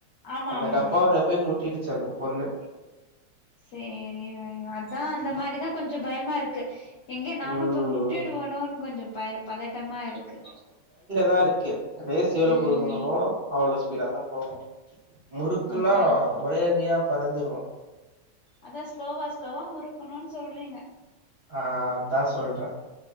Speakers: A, on the left; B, on the right.
A: ஆமா
B: அந்த
A: ஆமா
B: டப்பாவுல
A: ஆமா
B: போய் முட்டிடுச்சு அந்த பொண்ணு
A: சேரி வய அதா அந்த மாதிரிதா கொஞ்சோ பயமா இருக்கு எங்க நானு
B: ம்
A: போய் முட்டிடுவேனோன்னு கொஞ்சோ பய பதட்டமா இருக்கு
B: இதாருக்கு ரேஸ்ஷூ எவ்ளோ
A: ம்
B: குடுக்கோமோ
A: ம்
B: அவ்ளோ ஸ்பீடா தா போகு முறுக்குனா
A: அதா அதா
B: ஒரே அடியா பறந்துருவோ
A: அதா ஸ்லோவா ஸ்லோவா முறுக்கணுனு சொல்றீங்க
B: ஆ அதா சொல்றே